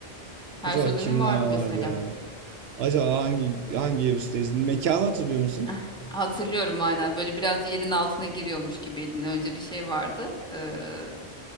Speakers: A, in the centre; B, on the right.
A: Her
B: Acaba
A: suda
B: kimler
A: mı vardı
B: vardı
A: mesela.
B: ya? Acaba hangi hangi evisteyiz? Mekanı hatırlıyor musun?
A: Eh, Hatırlıyorum aynen böyle biraz yerin altına giriyormuş gibiydin. Önce bir şey vardı. Ee,